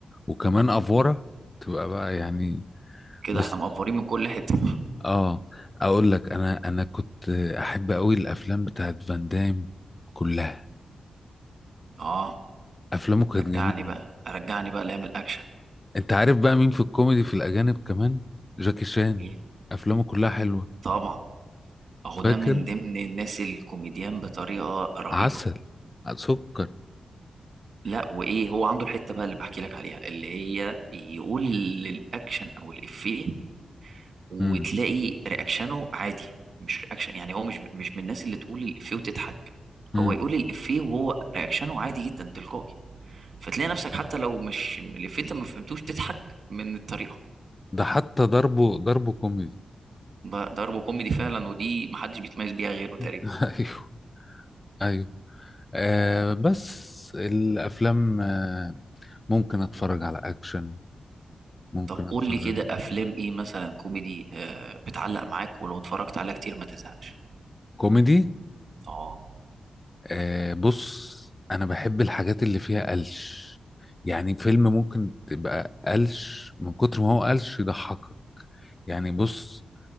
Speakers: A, on the left (about 25°); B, on the right (about 60°).
A: وكمان افوره تبقى بقى يعني
B: كده
A: بس
B: إحنا مقفورين من كل حتة
A: اه اقول لك انا انا كنت احب قوي الافلام بتاعت فان دام كلها
B: <laughs> آه
A: افلامه كانت
B: رجعني
A: جميله
B: بقى رجعني بقى لأيام الأكشن
A: انت عارف بقى مين في الكوميدي في الاجانب كمان جاكي شان
B: مين
A: افلامه كلها حلوه
B: طبعا اهو
A: فاكر
B: ده من ضمن الناس الكوميديان بطريقه رهيبه
A: عسل سكر
B: لا وايه هو عنده الحته بقى اللي بحكي لك عليها اللي هي يقول الاكشن او الافيه وتلاقي
A: امم
B: رياكشنه عادي مش رياكشن يعني هو مش مش من الناس اللي تقول الافيه وتضحك
A: امم
B: هو يقول الافيه وهو رياكشنه عادي جدا تلقائي فتلاقي نفسك حتى لو مش الافيه انت ما فهمتوش تضحك من الطريقه
A: ده حتى ضربه ضربه كوميدي
B: ده ده ضرب كوميدي فعلا ودي محدش بيتميز بيها غيره تقريبا
A: <laughs> ايوه ايوه آه بس الافلام آه ممكن اتفرج على اكشن ممكن
B: طب
A: اتفرج
B: قول لي كده افلام ايه مثلا كوميدي آه بتعلق معاك ولو اتفرجت عليها كتير ما تزهقش
A: كوميدي
B: اه
A: آه بص انا بحب الحاجات اللي فيها قلش يعني فيلم ممكن تبقى قلش من كتر ما هو قلش يضحكك يعني بص